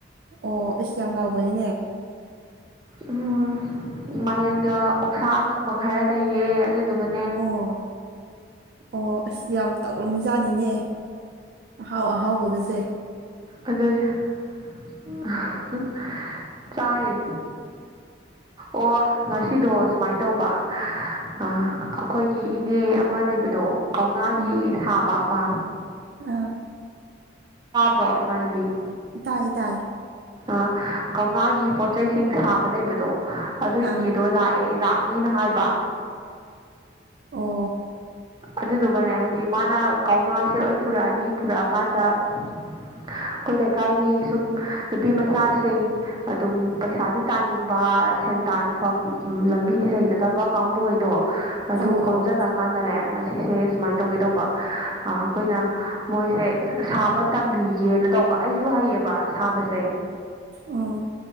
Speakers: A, on the right (about 55°); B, on the right (about 25°).
A: ꯑꯣ ꯢꯁ ꯌꯥꯝ ꯍꯥꯎꯕꯅꯤꯅꯦ
B: ꯎꯝ ꯃꯥꯏꯔꯦꯟꯒ ꯑꯣꯛꯁꯥ ꯑꯀꯪꯕ ꯈꯔ ꯂꯩꯌꯦ ꯑꯗꯨꯗꯨꯒ
A: ꯑꯣ ꯑꯣ ꯑꯁ ꯌꯥꯝ ꯇꯧꯔꯝꯃꯤꯖꯥꯠꯅꯤꯅꯦ ꯑꯍꯥꯎ ꯑꯍꯥꯎꯕꯒꯖꯦ
B: ꯑꯗꯨꯅꯤ <unintelligible> ꯆꯥꯔꯤ ꯑꯣ ꯉꯁꯤꯗꯣ ꯁꯨꯃꯥꯏ ꯇꯧꯕ ꯑ ꯑꯩꯈꯣꯏꯒꯤ ꯏꯅꯦ ꯑꯃꯥ ꯂꯩꯕꯗꯣ ꯀꯧꯅꯥꯒꯤ
A: ꯎꯝ
B: ꯁꯥꯕ ꯑꯃꯥ
A: ꯑꯥ
B: ꯄ꯭ꯔꯣ ꯏꯃꯥꯟꯅꯕꯤ
A: ꯇꯥꯏ ꯇꯥꯏ
B: ꯑ ꯀꯧꯅꯥꯒꯤ ꯄꯣꯠꯖꯩꯁꯤꯡ ꯁꯥꯕ ꯂꯩꯕꯗꯣ ꯑꯗꯨ
A: ꯑꯥ
B: ꯏꯅꯦꯗꯣ ꯂꯥꯛꯑꯦ ꯂꯥꯛ ꯃꯤꯅ ꯍꯥꯏꯕ
A: ꯑꯣ
B: ꯑꯗꯨꯗꯨꯒꯅꯦ ꯍꯥꯏꯗꯤ ꯃꯥꯅ ꯀꯧꯅꯥꯁꯦ ꯂꯣꯏ ꯄꯨꯔꯛꯑꯅꯤ ꯄꯨꯔꯛꯑꯀꯥꯟꯗ ꯑꯩꯈꯣꯏ ꯂꯩꯀꯥꯏꯒꯤ ꯁꯨꯝ ꯅꯨꯄꯤ ꯃꯆꯥꯁꯤꯡ ꯑꯗꯨꯝ ꯄꯩꯁꯥꯗꯤ ꯇꯥꯅꯤꯡꯕ ꯁꯦꯟ ꯇꯥꯟꯐꯝ ꯎꯝ ꯂꯝꯕꯤꯗꯤ ꯂꯩꯖꯗꯕ ꯀꯥꯡꯕꯨꯒꯩꯗꯣ ꯑꯗꯨ
A: ꯑꯧ
B: ꯈꯣꯝꯖꯜꯂꯀꯥꯟꯗꯅꯦ
A: ꯑꯧ
B: ꯉꯁꯤꯁꯦ ꯁꯨꯃꯥꯏ ꯇꯧꯒꯦ ꯇꯧꯕ ꯑ ꯑꯩꯈꯣꯏꯅ ꯃꯣꯏꯁꯦ ꯁꯥꯕ ꯇꯝꯕꯤꯒꯦꯅ ꯇꯧꯕ ꯑꯩꯖꯨ ꯍꯩꯌꯦꯕ ꯁꯥꯕꯁꯦ
A: ꯎꯝ